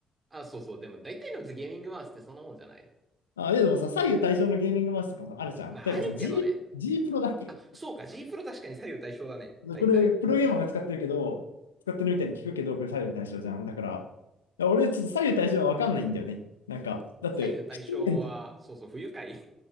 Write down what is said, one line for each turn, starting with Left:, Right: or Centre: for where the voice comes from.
Right: あ、そうそう。でも大体のゲーミングマウスってそんなもんじゃない
Left: あ、いやでもさ、左右対称のゲーミングマウスとかもあるじゃん。
Right: まああるけどね。
Left: 例えばさ、G、G プロだっけ
Right: あ、そうか。G プロ確かに左右対称だね。大体。
Left: これ、プロゲーマーが使ってるけど、使ってるみたいに聞くけど、これ左右対称じゃん。だから、だから俺、ちょっと左右対称はわかんないんだよね。なんか、だって、
Right: 左右対称は、
Left: 不自然じゃん。
Right: そうそう、不愉快。